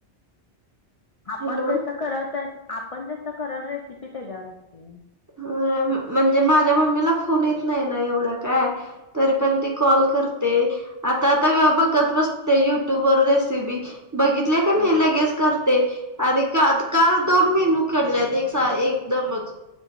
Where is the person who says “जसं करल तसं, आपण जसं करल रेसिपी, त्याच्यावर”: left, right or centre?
Left